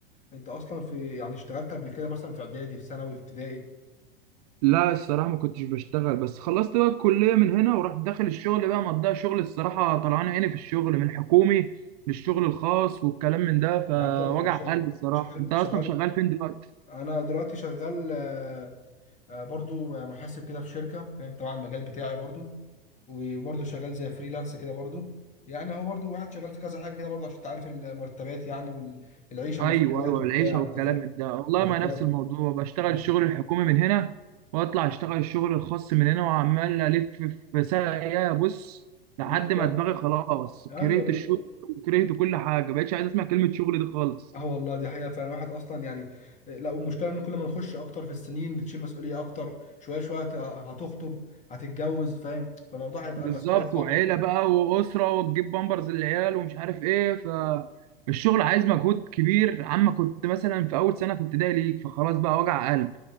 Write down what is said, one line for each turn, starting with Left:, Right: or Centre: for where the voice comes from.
Left: انت اصلا في يعني اشتغلت قبل كده مثلا في اعدادي في ثانوي في ابتدائي
Right: لا الصراحة ما كنتش بشتغل بس خلصت بقى الكلية من هنا ورحت داخل الشغل بقى مضيع شغل الصراحة طلعان عيني في الشغل من الحكومي للشغل الخاص والكلام من ده فوجع
Left: يعني انت
Right: قلب الصراحة
Left: شغلت
Right: انت
Left: شغلت
Right: اصلا شغال فين دلوقتي
Left: انا دلوقتي شغال آه، برضو آه، محاسب كده في شركة فاهم تبع المجال بتاعي برضو وبرضو شغال زي فريلانس كده برضو يعني هو برضو واحد شغال في كذا حاجة كده برضو عشان تعرف المرتبات يعني والعيشة
Right: ايوه
Left: ومسؤوليات
Right: ايوه
Left: وبتاع
Right: العيشه والكلام
Left: انت فاهم
Right: من ده والله
Left: بالظبط
Right: ما نفس الموضوع بشتغل
Left: آه،
Right: الشغل الحكومي من هنا واطلع اشتغل الشغل الخاص من هنا وعمال الف في ساقية بص لحد
Left: بالظبط
Right: ما دماغي خلاص
Left: ايوه
Right: كرهت الشغل وكرهت كل حاجه بقيتش عايز اسمع كلمه شغل دي خالص
Left: اه والله دي حقيقة فعلا الواحد اصلا يعني لا والمشكلة ان كل ما نخش اكتر في السنين بتشيل مسؤولية اكتر شوية شوية هت- هتخطب هتتجوز فاهم فالموضوع هيبقى
Right: بالظبط
Left: مسؤولية صعبة
Right: وعيله
Left: اكتر
Right: بقى واسره وتجيب بامبرز للعيال ومش عارف ايه فالشغل عايز مجهود كبير عما كنت مثلا في اول سنه في ابتدائي ليك فخلاص بقى وجع قلب